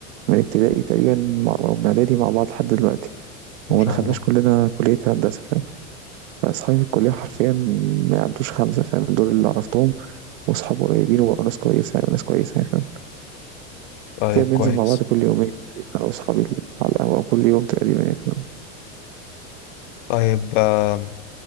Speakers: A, on the right; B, on the left.
A: من ابتدائي تقريبا مع- او من اعدادي مع بعض لحد دلوقتي
B: ما
A: وما
B: شاء
A: دخلناش
B: الله
A: كلنا كلية هندسة فاهم فاصحابي في الكلية حرفيا ما يعدوش خمسة فاهم دول اللي عرفتهم واصحاب قريبين وبقوا ناس كويسة يعني ناس كويسة يعني فاهم
B: طيب
A: كده بننزل
B: كويس
A: مع بعض كل يومين تقريبا انا واصحابي على القهوة كل يوم تقريبا يعني فاهم
B: طيب آم،